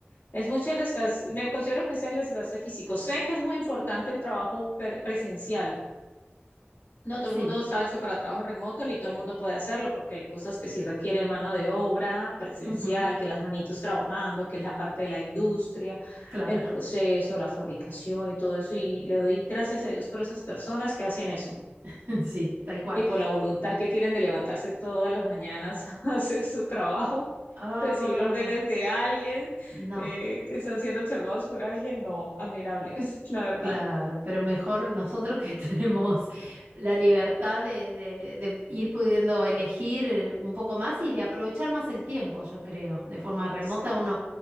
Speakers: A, on the left (about 65°); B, on the right (about 80°).
A: es mucho el desgaste, me considero que es el desgaste físico. Sé que es muy importante el trabajo pre- presencial. No
B: Sí,
A: todo el mundo está hecho para trabajo remoto, ni todo el mundo puede hacerlo, porque hay cosas que sí requieren mano de obra presencial,
B: ujú,
A: que las manitos trabajando, que es la parte de la industria,
B: claro,
A: el proceso, la fabricación y todo eso. Y le doy gracias a Dios por esas personas que hacen eso
B: <laughs> sí, tal cual.
A: y por la voluntad que tienen de levantarse todas las mañanas <laughs> a hacer su trabajo,
B: Oh,
A: recibir órdenes de alguien,
B: no,
A: eh, que están siendo observados por alguien, no, admirable, <laughs> la verdad.
B: claro, pero mejor nosotros que <laughs> tenemos la libertad de, de- de ir pudiendo elegir un poco más y de aprovechar más el tiempo, yo creo. De forma remota
A: Sí,